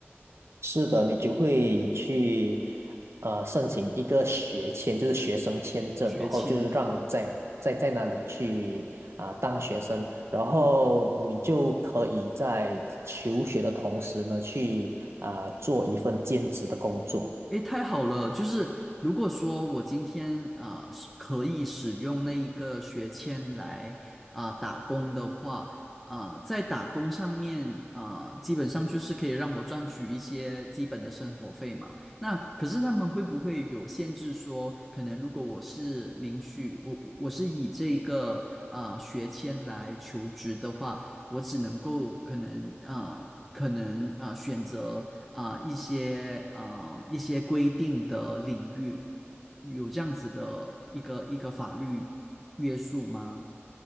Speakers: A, on the right; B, in the centre.
A: 是的，你就会去呃申请一个学签，就是学生签证，
B: 学签。
A: 然后就是让你在在在那里去啊、当学生，然后你就可以在求学的同时呢，
B: 嗯
A: 去啊、做一份兼职的工作。
B: 诶，太好了！就是如果说我今天啊、是可以使用那一个学签来啊、打工的话，啊、在打工上面啊、基本上就是可以让我赚取一些基本的生活费嘛。那可是他们会不会有限制说，可能如果我是领取我我是以这个啊、学签来求职的话，我只能够可能啊、可能啊、选择。啊、一些啊、一些规定的领域，有这样子的一个一个法律约束吗？